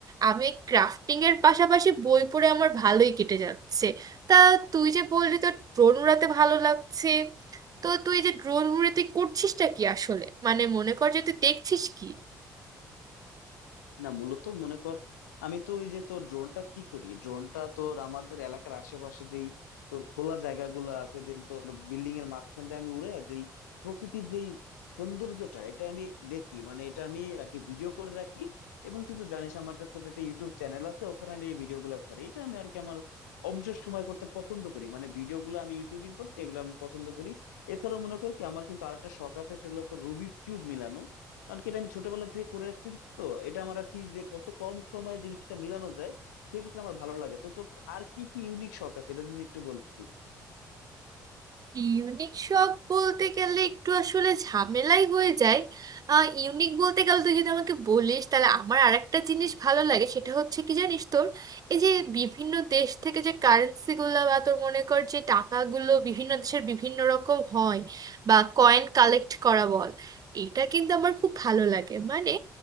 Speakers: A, on the right; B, on the left.
A: আমি ক্রাফটিং এর পাশাপাশি বই পড়ে আমার ভালোই কেটে যাচ্ছে তা তুই যে বললি তোর ড্রোন উড়াতে ভালো লাগছে তো তুই যে ড্রোন উড়ে তুই করছিসটা কি আসলে মানে মনে কর যে তুই দেখছিস কি
B: না মূলত মনে কর আমি তো ওই যে তোর ড্রোনটা কি করি ড্রোনটা তোর আমাদের এলাকার আশেপাশে যেই তোর খোলা জায়গাগুলো আছে দেন তোর বিল্ডিং এর মাঝখান দিয়ে আমি উড়ে যেই প্রকৃতির যেই সৌন্দর্যটা এটা আমি দেখি মানে এটা আমি আর কি ভিডিও করে রাখি এবং তুই তো জানিস আমার একটা ছোট একটা ইউটিউব চ্যানেল আছে ওখানে আমি এই ভিডিও গুলো ছাড়ি এটা আমি আর কি আমার অবসর সময় করতে পছন্দ করি মানে ভিডিও গুলো আমি ইউটিউবিং করতে এগুলো আমি পছন্দ করি এছাড়াও মনে কর কি আমার কিন্তু আরেকটা শখ আছে সেটা হলো তোর রুবিক্স কিউব মিলানো কারণ কি এটা আমি ছোটবেলা থেকে করে আসছি তো এটা আমার আর কি যে কত কম সময়ে জিনিসটা মিলানো যায় সেক্ষেত্রে আমার ভালো লাগে তো তোর আর কি কি ইউনিক শখ আছে এটা যদি একটু বলতি
A: ইউনিক শখ বলতে গেলে একটু আসলে ঝামেলাই হয়ে যায় ইউনিক বলতে গেলে তুই যদি আমাকে বলিস তাহলে আমার আরেকটা জিনিস ভালো লাগে সেটা হচ্ছে কি জানিস তোর এই যে বিভিন্ন দেশ থেকে যে কারেন্সিগুলো বা তোর মনে কর যে টাকাগুলো বিভিন্ন দেশের বিভিন্ন রকম হয় বা কয়েন কালেক্ট করা বল এটা কিন্তু আমার খুব ভালো লাগে মানে